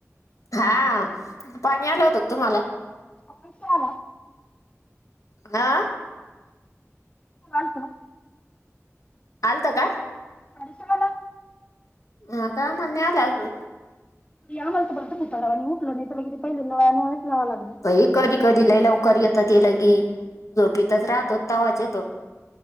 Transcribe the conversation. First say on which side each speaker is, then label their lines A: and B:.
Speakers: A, on the left; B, on the left.
A: हाव पाणी आलं होतं का तुम्हाला?.
B: सकाळच आला.
A: हा.
B: आलत.
A: आलंत का?
B: आलत आम्हाला.
A: हा का आम्हाला नाही आल अजून.
B: या म्हणतं आ मला तर बोलत आणि उठलं नाही तरग क ते पहिलं नळाला यावं लागलं.
A: बाइ कधी कधी लय लवकर येत ते लगी झोपीतच राहतो तवाच येतो.